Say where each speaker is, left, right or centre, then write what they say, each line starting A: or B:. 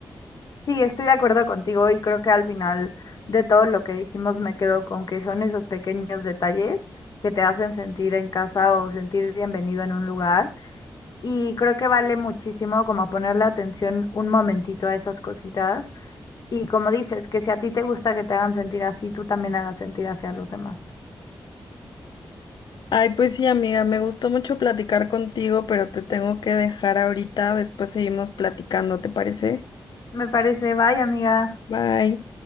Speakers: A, on the left (about 55°); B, on the left (about 70°).
A: Sí, estoy de acuerdo contigo y creo que al final de todo lo que dijimos me quedo con que son esos pequeños detalles que te hacen sentir en casa o sentir bienvenido en un lugar. Y creo que vale muchísimo como ponerle atención un momentito a esas cositas. Y como dices, que si a ti te gusta que te hagan sentir así, tú también hagas sentir así a los demás.
B: Ay, pues sí, amiga, me gustó mucho platicar contigo, pero te tengo que dejar ahorita, después seguimos platicando, ¿te parece?
A: Me parece, bye, amiga.
B: Bye.